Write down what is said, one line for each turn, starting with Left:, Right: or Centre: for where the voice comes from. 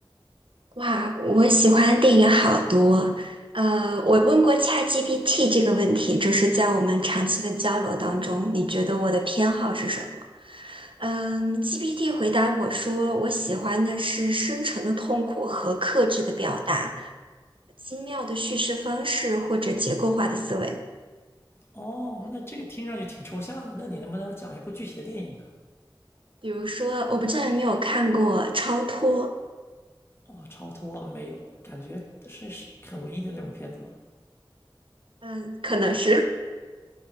Right: 哇，我喜欢的电影好多。呃，我问过 ChatGPT 这个问题，就是在我们长期的交流当中，你觉得我的偏好是什么？嗯，GPT 回答我说，我喜欢的是深沉的痛苦和克制的表达，精妙的叙事方式或者结构化的思维。
Left: 哦，那这个听上去挺抽象的，那你能不能讲一部具体的电影呢？
Right: 比如说，我不知道有没有看过《超脱》，
Left: 哦，超脱没有，感觉是是很文艺的那种片子吗？
Right: 嗯，可能是。